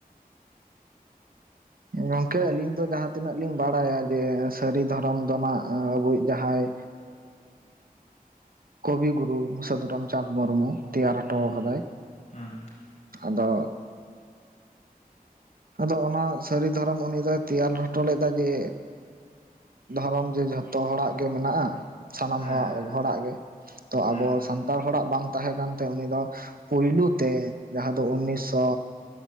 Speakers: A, on the right (about 70°); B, on the left (about 45°).
A: ᱜᱚᱝᱠᱮ ᱟᱹᱞᱤᱧ ᱫᱚ ᱡᱟᱦᱟᱸ ᱛᱤᱱᱟᱹᱜ ᱞᱤᱧ ᱵᱟᱲᱟᱭᱟ ᱡᱮ, ᱥᱟᱹᱨᱤ ᱫᱷᱚᱨᱚᱢ ᱫᱚ ᱱᱟᱜ ᱟᱵᱚᱭᱤᱡ ᱡᱟᱦᱟᱸᱭ ᱠᱚᱵᱤ ᱜᱩᱨᱩ ᱥᱟᱹᱫᱷᱩᱨᱟᱢᱪᱟᱸᱫᱽ ᱢᱩᱨᱢᱩ᱾ ᱛᱮᱭᱟᱨ ᱦᱚᱴᱚ
B: ᱦᱩᱸ
A: ᱟᱠᱟᱫᱟᱭ᱾
B: ᱦᱮᱸ
A: ᱟᱫᱚ- ᱟᱫᱚ ᱚᱱᱟ ᱥᱟᱹᱨᱤ ᱫᱷᱚᱨᱚᱢ ᱩᱱᱤ ᱫᱚᱭ ᱛᱮᱭᱟᱞ ᱦᱚᱴᱚ ᱞᱮᱫᱟ ᱡᱮ, ᱫᱷᱚᱨᱚᱢ ᱡᱮ ᱡᱷᱚᱛᱚ ᱦᱚᱲᱟᱜ ᱜᱮ ᱢᱮᱱᱟᱜᱼᱟ ᱥᱟᱱᱟᱢ
B: ᱦᱮᱸ
A: ᱦᱚᱲ ᱦᱚᱲᱟᱜ ᱜᱮ, ᱛᱚ
B: ᱦᱩᱸ
A: ᱟᱵᱚ ᱥᱟᱱ ᱛᱟᱲ ᱦᱚᱲᱟᱜ ᱵᱟᱝ ᱛᱟᱦᱮᱸ ᱠᱟᱱᱛᱮ ᱩᱱᱤ ᱫᱚ ᱯᱩᱭᱞᱩ ᱛᱮ ᱡᱟᱦᱟᱸ ᱫᱚ ᱩᱱᱤᱥᱥᱚ